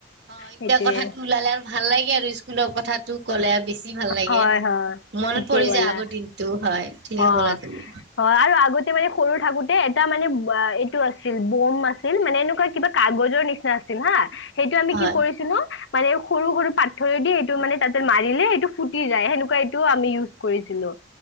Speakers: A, on the right; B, on the left.
A: অ', এতিয়া
B: সেইটোয়ে,
A: কথাটো ওলালে আৰু ভাল লাগে আৰু ইস্কুলৰ কথাত টো ক'লে বেছি ভাল লাগে,
B: হয়, হয়,
A: মনত
B: ঠিকে
A: পৰি
B: ক'লা।
A: যায় আগৰ দিনটো। হয়। ঠিকে
B: অ।
A: ক'লা তুমি
B: হয় আৰু আগতে মানে সৰু থাকোঁতে এটা মানে বা এইটো আছিল বম আছিল মানে এনেকুৱা কিবা কাগজৰ নিচনা আছিল হা। সেইটো আমি
A: হয়।
B: কি কৰিছিলোঁ, মানে সৰু-সৰু পাতথৰেদি এইটো মানে তাতে মাৰিলে সেইটো ফুটি যায়, সেনেকুৱা এইটো আমি ইউজ কৰিছিলোঁ।